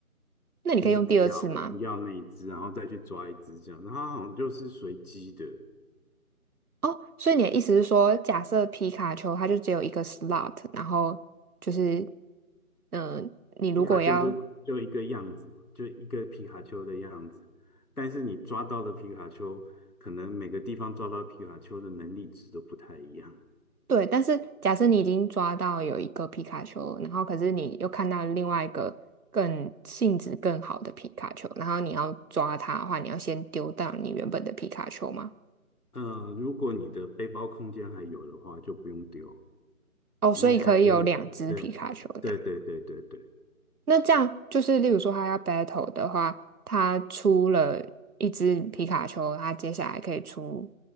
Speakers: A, on the right; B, on the left.
A: 那你可以用第二次吗？
B: 就是不要，我不要那一只，然后再去抓一只这样。然后它好像就是随机的，
A: 哦，所以你的意思是说，假设皮卡丘它就只有一个 slot，然后就是，嗯、你如果要
B: 皮卡丘就就一个样子嘛，就一个皮卡丘的样子。但是你抓到的皮卡丘，可能每个地方抓到皮卡丘的能力值都不太一样。
A: 对，但是假设你已经抓到有一个皮卡丘了然后可是你又看到另外一个更性质更好的皮卡丘，然后你要抓它的话，你要先丢到你原本的皮卡丘吗？
B: 呃，如果你的背包空间还有的话，就不用丢，
A: 哦，
B: 因为还可以。
A: 所以可以有两只皮卡丘这样。
B: 对，对对对对对
A: 那这样就是，例如说他要 battle 的话，他出了一只皮卡丘，他接下来可以出，